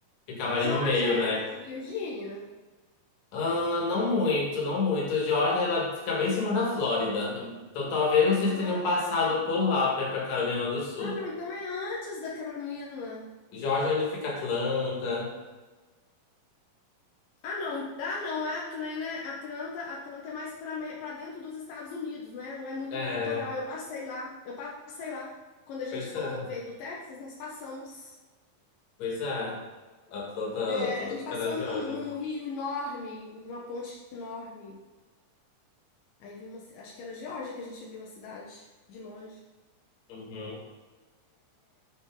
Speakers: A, on the left; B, on the left.
A: ficava
B: E
A: ali
B: Geórgia
A: no meio, né?
B: é perto de Virgínia?
A: Ah, não muito, não muito. A Geórgia, ela fica bem em cima da Flórida. Então talvez vocês
B: Ah,
A: tenham passado por lá para ir pra Carolina do Sul.
B: ah, não, então é antes da Carolina.
A: Geórgia, é onde fica Atlanta.
B: Ah, não, ah, não, é Atlanta, é Atlanta, Atlanta é mais para para dentro dos Estados Unidos, né? Não é muito
A: É,
B: no litoral. Eu passei lá, eu passei lá. Quando a gente
A: pois
B: voltou,
A: é.
B: veio do Texas, nós passamos.
A: Pois é. Atlanta,
B: É,
A: Atlanta
B: A gente
A: fica
B: passou
A: na Geórgia.
B: num, num rio enorme, numa ponte enorme. Aí vimos, acho que era Geórgia que a gente viu a cidade de longe.
A: Uhum.